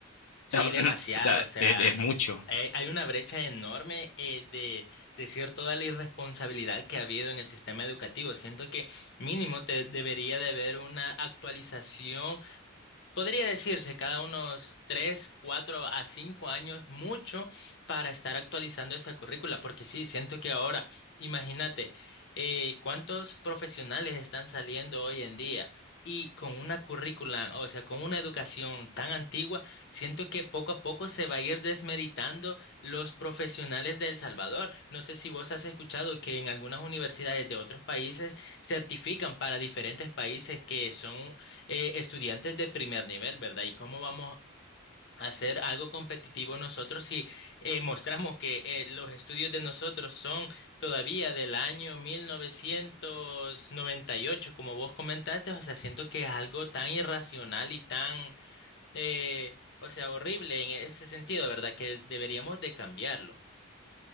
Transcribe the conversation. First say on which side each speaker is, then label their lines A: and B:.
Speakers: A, on the left; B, on the left.
A: <clears throat>
B: Sí,
A: o
B: demasiado,
A: sea,
B: o sea,
A: es es mucho.
B: hay, hay una brecha enorme eh, de decir toda la irresponsabilidad que ha habido en el sistema educativo. Siento que mínimo te debería de haber una actualización Podría decirse cada unos tres, cuatro a cinco años, mucho para estar actualizando esa currícula, porque sí, siento que ahora, imagínate, eh, cuántos profesionales están saliendo hoy en día y con una currícula, o sea, con una educación tan antigua, siento que poco a poco se va a ir desmeritando los profesionales de El Salvador. No sé si vos has escuchado que en algunas universidades de otros países certifican para diferentes países que son eh, estudiantes de primer nivel, ¿verdad? ¿Y cómo vamos a hacer algo competitivo nosotros si eh, mostramos que eh, los estudios de nosotros son todavía del año 1998, como vos comentaste? O sea, siento que es algo tan irracional y tan, eh, o sea, horrible en ese sentido, ¿verdad? Que deberíamos de cambiarlo.